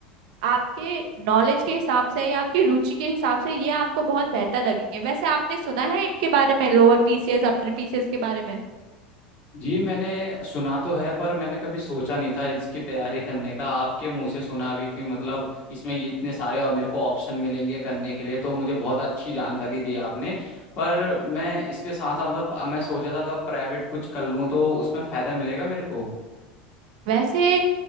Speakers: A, on the right; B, on the left.
A: आपके नॉलेज के हिसाब से या आपकी रुचि के हिसाब से ये आपको बहुत बेहतर लगेंगे वैसे आपने सुना है इनके बारे में लोअर पीसीएस अपर पीसीएस के बारे में
B: जी मैंने सुना तो है पर मैंने कभी सोचा नहीं था इसकी तैयारी करने का आपके मुंह से सुना अभी कि मतलब इसमें ये इतने सारे और मेरे को ऑप्शन मिलेंगे करने के लिए तो मुझे बहुत अच्छी जानकारी दी आपने पर मैं इसके साथ साथ मतलब मैं सोचा था कि प्राइवेट कुछ कर लूँ तो उसमें फायदा मिलेगा मेरे को
A: वैसे